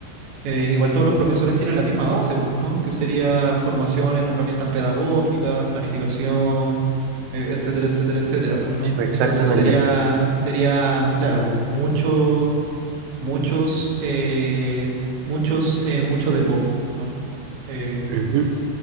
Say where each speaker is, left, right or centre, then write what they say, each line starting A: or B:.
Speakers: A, on the right; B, on the right.
A: Eh, igual todos los profesores tienen la misma base, pues, ¿no? Que sería formación en herramientas pedagógicas, planificación, eh, etcétera, etcétera, etcétera, pues, ¿no?
B: Sí, pues, exactamente.
A: Entonces sería, sería, claro, pues, mucho, muchos, eh, muchos, eh, mucho de poco, ¿no? Eh,
B: Ujú.